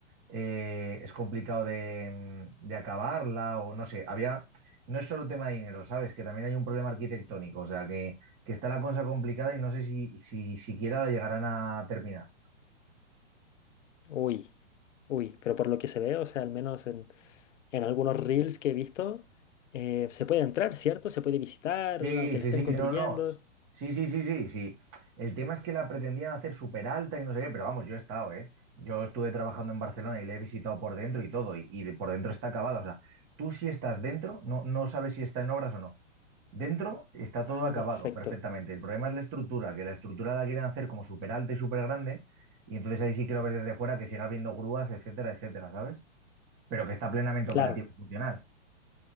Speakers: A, on the right; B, on the left.
A: eh, es complicado de, de acabarla o no sé, había, no es solo tema de dinero, ¿sabes? Que también hay un problema arquitectónico, o sea, que, que está la cosa complicada y no sé si, si siquiera la llegarán a terminar.
B: Uy, uy, pero por lo que se ve, o sea, al menos en, en algunos reels que he visto, eh, se puede entrar, ¿cierto? Se puede visitar,
A: Sí,
B: aunque le
A: sí,
B: estén
A: sí,
B: construyendo.
A: no, no. Sí, sí, sí, sí, sí. El tema es que la pretendían hacer súper alta y no sé qué, pero vamos, yo he estado, ¿eh? Yo estuve trabajando en Barcelona y la he visitado por dentro y todo, y, y por dentro está acabada. O sea, tú si estás dentro, no, no sabes si está en obras o no. Dentro está
B: Ah,
A: todo acabado
B: perfecto.
A: perfectamente. El problema es la estructura, que la estructura la quieren hacer como súper alta y súper grande, y entonces ahí sí quiero ver desde fuera que siga habiendo grúas, etcétera, etcétera, ¿sabes? Pero que está plenamente operativo
B: Claro,
A: y funcional.